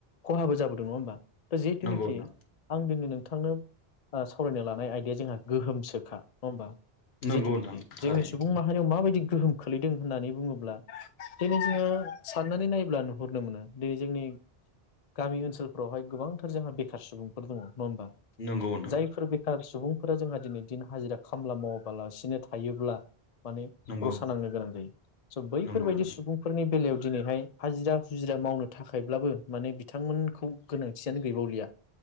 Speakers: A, on the left; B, on the left.
A: खहाबो जाबोदों नङा होमबा? जिहेतुनाखि
B: नंगौ नोंथां
A: आं दिनै नों- थांनो ओ सावरायनो लानाय आयदाया जोंहा गोहोमसोखा। नङा होमबा?
B: नंगौ
A: जिथुनाखि
B: नोंथां थारैनो
A: जोंनि सुबुं माहारियाव माबायदि गोहोम खोलैदों होननानै बुङोब्ला दिनै जोङो साननानै नायोब्ला नुहुरनो मोनो दिनै जोंनि गामि ओनसोलफ्रावहाय गोबांथार जोंहा बेखार सुबुंफोर दङ। नंङा होनबा?
B: नंगौ नोंथां
A: जायफोर बेखार सुबुंफोरा जोंहा दिनै दिन हाजिरा खामला मावाबालासिनो थायोब्ला माने
B: नंगौ
A: रसा नांनो गोनां जायो स' बैफोरबायदि
B: नंगौ नोंथां
A: सुबुंफोरनि बेलायाव दिनैहाय हाजिरा हुजिरा मावनो थाखायब्लाबो माने बिथांमोनखौ गोनांथियानो गैबावलिया